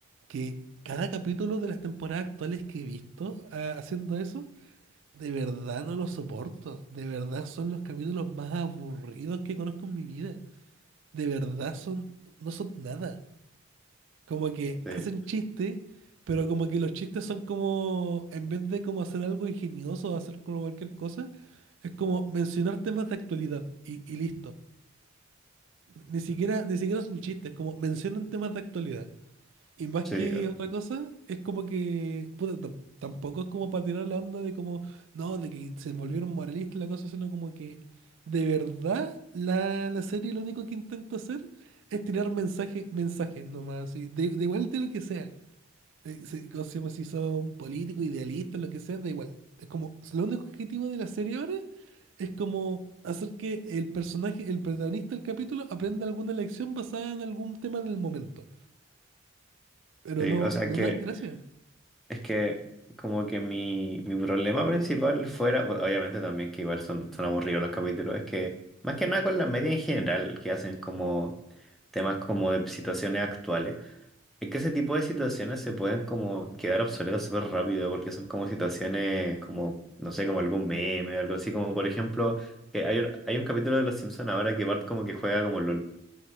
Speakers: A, on the right; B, in the centre.
A: que cada capítulo de las temporadas actuales que he visto ah, haciendo eso, de verdad no lo soporto. De verdad son los capítulos más aburridos que conozco en mi vida. De verdad son, no son nada. Como que
B: Sí,
A: hacen chistes, pero como que los chistes son como, en vez de como hacer algo ingenioso o hacer como cualquier cosa, es como mencionar temas de actualidad y, y listo. Ni siquiera, ni siquiera es un chiste, es como mencionan temas de actualidad. Y más
B: sí,
A: que otra cosa, es como que, puta, tam- tampoco es como para tirar la onda de como, no, de que se volvieron moralistas y la cosa, sino como que de verdad la, la serie lo único que intenta hacer es tirar mensajes, mensajes nomás, así, de, de igual de lo que sea. Eh, si, ¿cómo se llama? Si son políticos, idealistas, lo que sea, da igual. Es como, lo único objetivo de la serie ahora es como hacer que el personaje, el protagonista del capítulo, aprenda alguna lección basada en algún tema del momento. Pero
B: sí.
A: no,
B: O sea
A: no
B: que
A: dan gracia.
B: Es que como que mi, mi problema principal fuera, bueno, obviamente también que igual son, son aburridos los capítulos, es que más que nada con la media en general, que hacen como temas como de situaciones actuales, es que ese tipo de situaciones se pueden como quedar obsoletas súper rápido, porque son como situaciones como, no sé, como algún meme o algo así, como por ejemplo, que hay, un- hay un capítulo de Los Simpsons ahora que Bart como que juega como LOL.